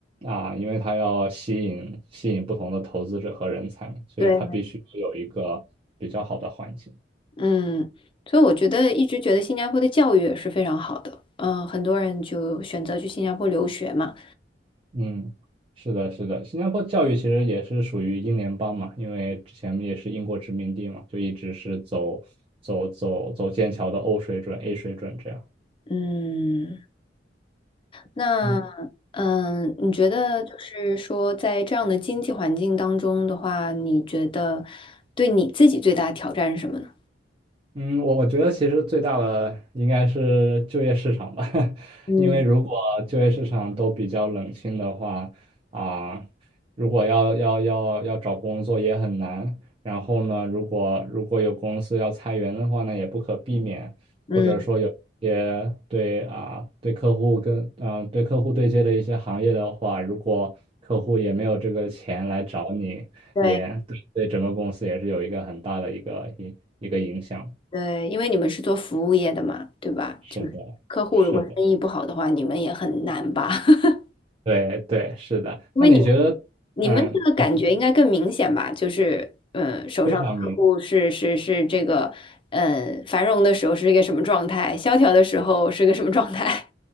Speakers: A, on the right; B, on the left.
A: 啊，因为它要吸引吸引不同的投资者和人才嘛，所以它必须有一个比较好的环境。
B: 对，嗯，所以我觉得一直觉得新加坡的教育也是非常好的，嗯，很多人就选择去新加坡留学嘛，
A: 嗯，是的，是的，新加坡教育其实也是属于英联邦嘛，因为之前也是英国殖民地嘛，就一直是走走走走剑桥的 O 水准、A 水准这样。
B: 嗯，那
A: 嗯
B: 嗯，你觉得就是说在这样的经济环境当中的话，你觉得对你自己最大的挑战是什么呢？
A: 嗯，我我觉得其实最大的应该是就业市场吧，<laughs>
B: 嗯
A: 因为如果就业市场都比较冷清的话，啊、如果要要要要找工作也很难。然后呢，如果如果有公司要裁员的话呢，也不可避免，
B: 嗯，
A: 或者说有一些对啊、对客户跟啊、对客户对接的一些行业的话，如果客户也没有这个钱来找你，
B: 对
A: 也对对整个公司也是有一个很大的一个一一个影响。
B: 对，因为你们是做服务业的嘛，对吧？
A: 是的，
B: 就是客户如果生意不好的话，
A: 是的，
B: 你们也很难吧？<laughs>
A: 对对，是的。
B: 因为你们
A: 那你觉得，
B: 你们这个感觉应该更明显吧？
A: 嗯，
B: 就是，嗯，手上的客户是是是这个，
A: 非常明。
B: 嗯，繁荣的时候是一个什么状态，萧条的时候是个什么状态？